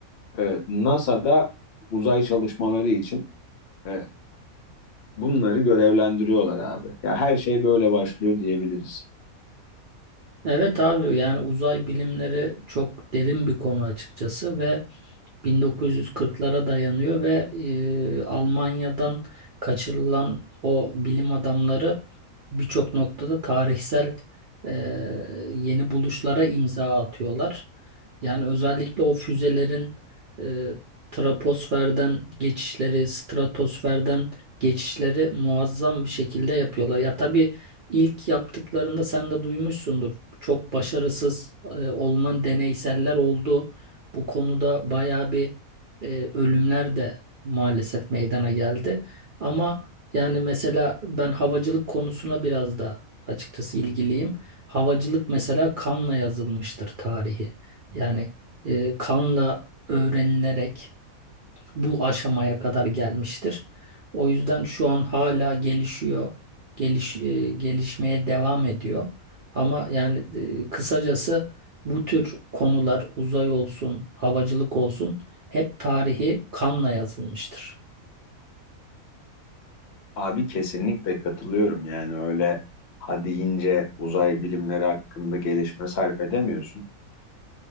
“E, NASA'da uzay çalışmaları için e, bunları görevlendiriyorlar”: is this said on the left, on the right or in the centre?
Left